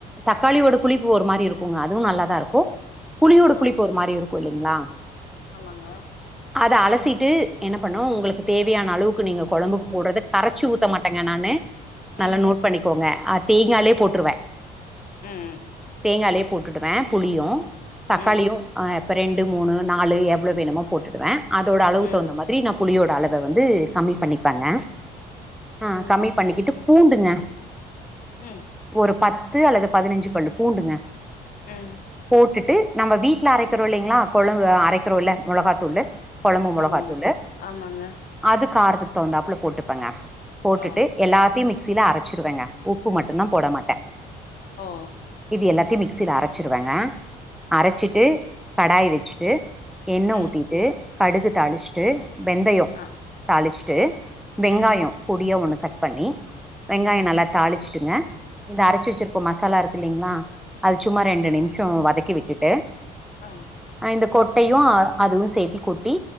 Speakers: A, in the centre; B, on the left (about 55°).
A: தக்காளியோட புளிப்பு ஒரு மாரி இருக்குங்க அதுவு நல்லாதா இருக்கும் புலியோட புளிப்பு
B: ஆ
A: ஒரு மாரி இருக்கும் போலிங்களா
B: ஆமாங்க
A: அத அலசிட்டு என்ன பண்ணு உங்களுக்கு தேவையான அளவுக்கு நீங்க கொழம்புக்கு போட்றது கரச்சி ஊத்த மாட்டேங்க நானு நல்லா
B: ம்
A: நோட் பண்ணிக்கோங்க அ தேங்காலேப் போட்ருவே
B: ம்ம்
A: தேங்காலே போட்டுடுவே புளியு தக்காளியு
B: ம்
A: ஆ ப் இப்போ ரெண்டு மூணு நாலு எவ்ளோ வேணுமோ போட்டுடுவேன் அதோட அளவு
B: ம்
A: தவுந்த மாதிரி நா ப் புலியோட அளவ வந்து கம்மி பண்ணிப்பங்க அ
B: ம்
A: கம்மி பண்ணிக்கிட்டு பூண்டுங்க
B: ம்
A: ஒரு பத் த்து அல்லது பதினஞ்சு பல்லு பூண்டுங்க
B: ம்
A: போட்டுட்டு நம்ம வீட்ல அரைக் க்கறோ இல்லிங்களா கொழும்பு அரைக்கறோல்ல மொளகாத்தூளு கொழம்பு மொளகாத்தூளு
B: ஆமாங்க ஆமாங்க
A: அது கா்த் க்குத் தவுந்தாப்ல போட்டுப்பங்க போட்டுட்டு
B: ஓ
A: எல்லாத்தையும் மிக்ஸ் த்தில அரச்சிருவங்க உப்பு மட்டுந் தா போட மாட்டே
B: ஆ
A: எல்லாத்தையு மிக்சில அரச்சிருவங்க அரச்சிட்டு
B: சரிங்க
A: கடாய் வச்சுட்டு என்ன
B: ம்
A: ஊத்திட்டு கடுகு தாளிஷ்ட்டு வெந்தயொ
B: ஆ
A: தாளிஷ் ட்டு வெங்காயொ
B: ம்
A: பொடியா ஒன்னு கட் பண்ணி வெங்காயொ
B: ம்
A: நல்லா தாளிஷ் ட்டுங்க இந்த அரச்சு வச்சிருக்க மசாலா இருக்குல்லிங்ளா அது சும்மா ரெண்டு நிமிஷொ வதக்கி விட்டுட்டு
B: ஆ
A: அ இந்த கொட்டையு அதுவு சேத்தி கொட்டி